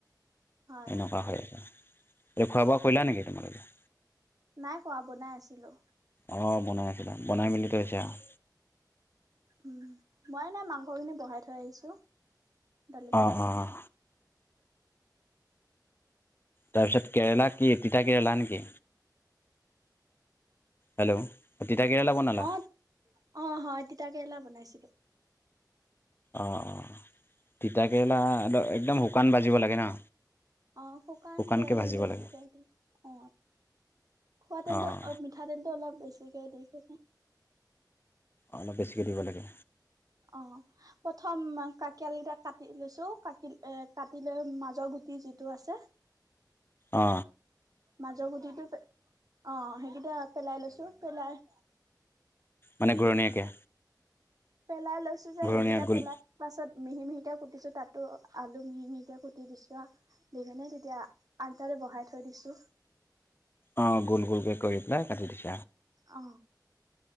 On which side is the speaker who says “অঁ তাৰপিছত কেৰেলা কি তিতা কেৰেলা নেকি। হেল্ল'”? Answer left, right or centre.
Left